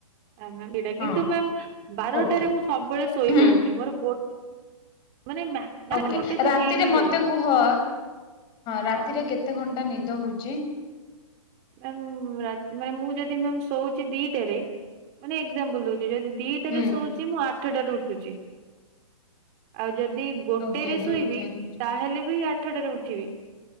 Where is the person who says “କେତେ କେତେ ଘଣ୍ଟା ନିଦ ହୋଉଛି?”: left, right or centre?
Left